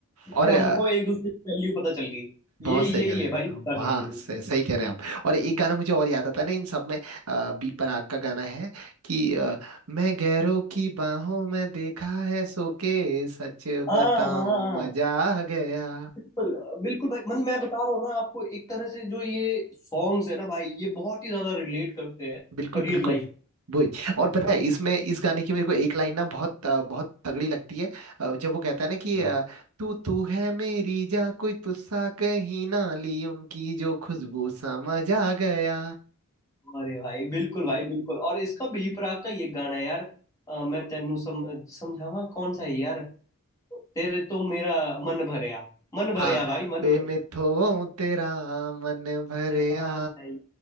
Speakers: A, on the left (about 15°); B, on the right (about 80°).
A: उससे
B: और अ,
A: हमको एक दूसरे की वैल्यू पता चल गई
B: बहुत
A: यही
B: सही
A: यही
B: कह रहे
A: है
B: हैं
A: भाई बताने
B: हाँ
A: का मीनिंग
B: सही, सही कह रहे हैं आप और एक गाना मुझे और याद आता है ना इन सब में अ, बी प्राक का गाना है कि अ, मैं गैरों की बाहों में देखा है सो के सच
A: हाँ
B: बताऊं
A: हाँ हाँ,
B: मजा आ गया
A: बिल्कुल बिल्कुल भाई मतलब मैं बता रहा हूँ ना आपको एक तरह से जो ये सॉन्ग्स है ना भाई ये बहुत ही ज्यादा रिलेट करते हैं
B: बिल्कुल बिल्कुल
A: रियल लाइफ
B: वही और पता है इसमें इस गाने की मेरे को एक लाइन ना बहुत अ, बहुत तगड़ी लगती है अ, जब वो कहता है ना कि
A: हाँ
B: अ, तू तू है मेरी जा कोई तुस्सा कहीं ना ली उनकी जो खुशबू समझ आ गया
A: अरे भाई बिल्कुल भाई बिल्कुल और इसका भी प्राक का ये गाना है यार अ, मैं तेनू सम, समझावा कौन सा है यार तेरे तो मेरा मन भरया मन भरया
B: हाँ
A: भाई मन
B: वे
A: भरया
B: में थो तेरा मन भरया
A: हाँ भाई